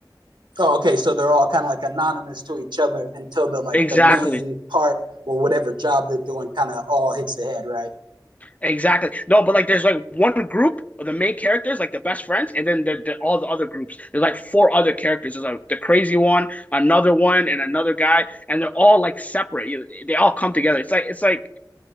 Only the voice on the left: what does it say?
Exactly.
Exactly. No, but like there's like one group of the main characters, like the best friends, and then the there, all the other groups. There's like four other characters. There's like the crazy one, another one, and another guy, and they're all like separate. You- They all come together. It's like it's like